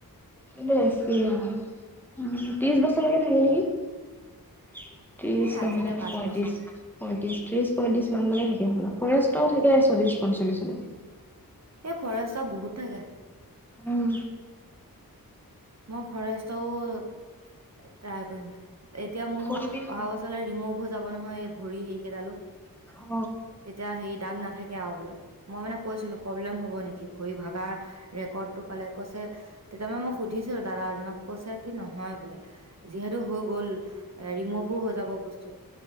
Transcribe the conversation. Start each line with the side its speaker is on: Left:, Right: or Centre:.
Centre: বছিল আৰু উ ত্ৰিশ বছৰলৈকে থাকে নেকি? ত্ৰিশ
Right: এ আছে
Centre: নহলে
Right: দে পাঁচ
Centre: পয়ত্ৰিশ
Right: বছৰ
Centre: পইয়ত্ৰিশ ত্ৰিশ পইয়ত্ৰিশ মান লৈকে থাকে। ফৰেষ্ট থাকে চল্লিশ পঞ্চল্লিশলৈকে
Right: এই ফৰেষ্টৰ বহুত থাকে।
Centre: উম।
Right: মই ফৰেষ্টো ট্ৰাই কৰিম, এতিয়া মোৰ
Centre: কৰিবি
Right: অহা
Centre: কৰিবি
Right: বছৰলৈ ৰিমৌভ হয় যাব নহয় এই ভৰি সেৰিকেইডালো।
Centre: অ
Right: তেতি হেই দাগ নাথাকে আৰু বোলে মই মানে কৈছিলো প্ৰব্লেম হ'ব নেকি ভৰি ভাগা ৰেকৰ্ড টো কলে কৈছে তেতিয়া মে মই সুধিছিলো দাদা এজনক কৈছে কি নহয় বোলে যিহেতু হৈ গল ৰিমুভো হৈ যাব বস্তু